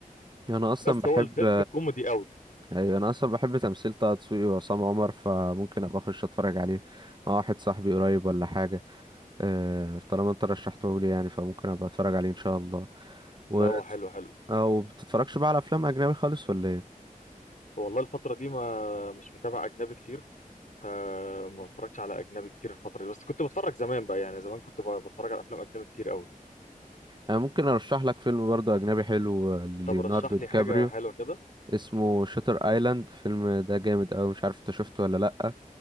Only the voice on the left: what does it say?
بس
هو الفيلم كوميدي قوي
لا هو
حلو حلو
والله الفترة دي ما مش متابع أجنبي كتير فما بتفرجش على اجنبي كتير الفتره دي بس كنت بتفرج زمان بقى يعني زمان كنت ب- بتفرج على افلام اجنبي كتير قوي
طب رشح
لي
حاجه حلوه كده